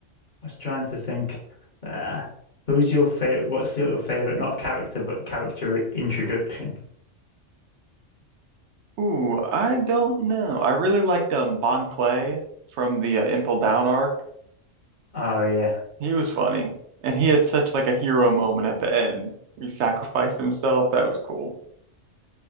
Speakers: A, on the left; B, on the right.
A: was trying to think. Uh, who's your favorite? What's your favorite? Not character, but character introduction.
B: Ooh, I don't know. I really liked um Bon Clay from the uh, Impel Down arc.
A: Oh yeah.
B: He was funny, and he had such like a hero moment at the end. where He sacrificed himself. That was cool.